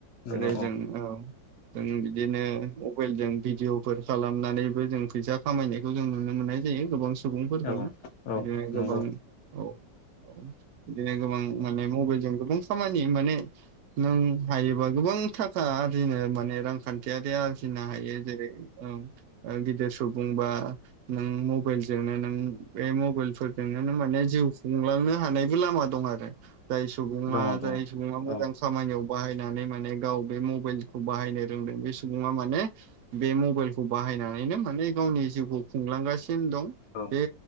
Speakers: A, on the left (about 70°); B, on the right (about 70°).
A: नंगौ
B: जेरै जों औ जों बिदिनो। मबाइल जों भिडिअफोर खालामनानैबो जों फैसा खामायनायखौ जों नुनो मोननाय जायो गोबां सु। सुबुंफोरखौनो
A: औ औ
B: बिदिनो गोबां
A: नंगौ
B: औ औ बिदिनो गोबां। माने मबाइल जों गोबां खामानि माने नों हायोबा गोबां थाखा आरजिनो माने रांखान्थि। थिआरि आरजिनो हायो जेरै ओं। ओ गिदिर सुबुंबा नों मबाइलजोंनो नों बे मबाइल फोरजोंनो नों माने। जिउ खुंलांनो हानायबो लामा दं आरो जाय सुबङा
A: दङ दङ
B: जाय सुबा मोजां
A: औ
B: खामानियाव। बायनानै माने गाव बे मबाइलखौ बाहायनो रों बे सुबा माने बे मबलखौ। बाहायनानैनो माने गावनि जिउखौ खुंलांगासिनो। दं
A: औ
B: बे